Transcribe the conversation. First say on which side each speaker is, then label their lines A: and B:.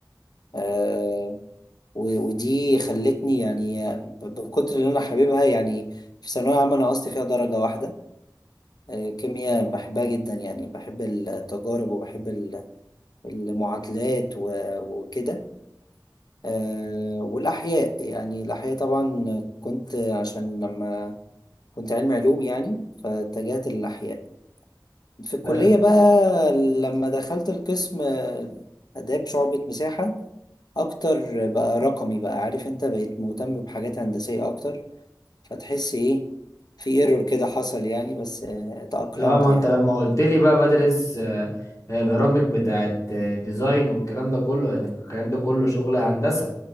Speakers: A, on the left (about 60°); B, on the left (about 45°).
A: آه، و- ودي خلتني يعني آه، ب- بكتر اللي أنا حاببها يعني في ثانوية عامة أنا نقصت فيها درجة واحدة آه، كيمياء بحبها جدا يعني بحب التجارب وبحب ال- المعادلات و- وكده آه، والأحياء يعني الأحياء طبعا كنت عشان لما كنت علمي علوم يعني فاتجهت للأحياء في الكلية
B: ب...
A: بقى لما دخلت القسم آه، آداب شعبة مساحة أكتر بقى رقمي بقى عارف أنت بقيت مهتم بحاجات هندسية أكتر فتحس إيه في ايرور كده حصل يعني بس آه، تأقلمت
B: اه ما
A: يعني
B: انت لما قلت لي بقى بدرس آه، آه، برامج بتاعت آه، ديزاين والكلام ده كله يعني الكلام ده كله شغل هندسه